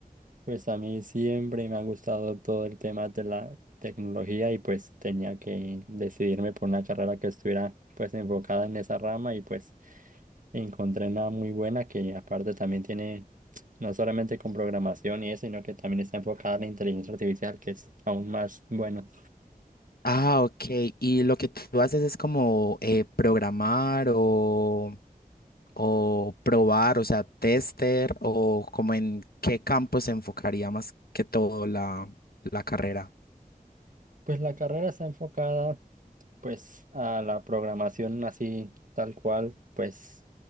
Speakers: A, on the right; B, on the left.
A: Pues a mí siempre me ha gustado todo el tema de la tecnología y pues tenía que decidirme por una carrera que estuviera pues enfocada en esa rama y pues encontré una muy buena que aparte también tiene no solamente con programación y eso, sino que también está enfocada en la inteligencia artificial, que es aún más bueno.
B: Ah, ok. ¿Y lo que tú haces es como eh, programar o...? o probar, o sea, tester, o como en qué campo se enfocaría más que todo la, la carrera.
A: Pues la carrera está enfocada Pues a la programación así tal cual, pues